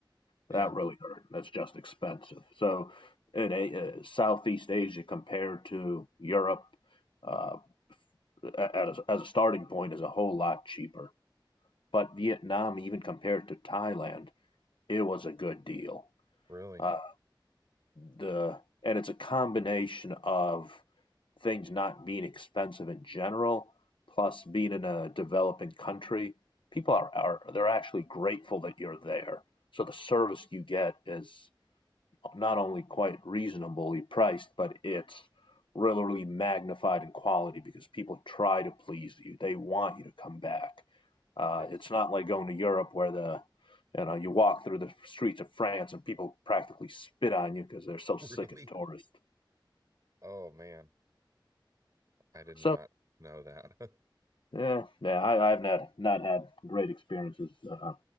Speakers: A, on the right; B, on the left.
A: Yeah,
B: That really hurt. That's just expensive. So, in a, uh, Southeast Asia compared to Europe, uh, a- at as a starting point, is a whole lot cheaper. But Vietnam, even compared to Thailand, it was a good deal.
A: really.
B: Uh, the and it's a combination of things not being expensive in general, plus being in a developing country. People are, are they're actually grateful that you're there. So the service you get is not only quite reasonably priced, but it's really magnified in quality because people try to please you. They want you to come back. Uh,
A: Nice.
B: it's not
A: <laughs>
B: like going to Europe where the you know you walk through the streets of France and people practically spit on you because they're so sick
A: Really?
B: of tourists.
A: Oh man, I did
B: So
A: not know that. <laughs>
B: Yeah, yeah, I, I've not not had great experiences uh,